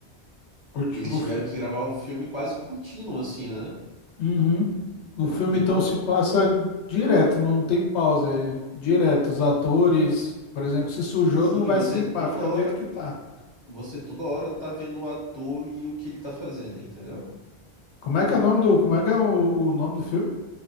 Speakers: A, on the left; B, on the left.
A: o. ti-
B: eles
A: o,
B: tiveram que gravar o filme quase contínuo, assim, né?
A: Uhum. O filme
B: E
A: então
B: quando.
A: se passa direto, não tem pausa, é direto. Os atores, por exemplo, se sujou,
B: Sim,
A: não vai
B: você
A: se limpar,
B: toda
A: fica
B: hora.
A: do jeito que tá.
B: Você toda hora tá vendo o ator e o que ele tá fazendo, entendeu?
A: Como é que é o nome do, como é que é o, o nome do filme?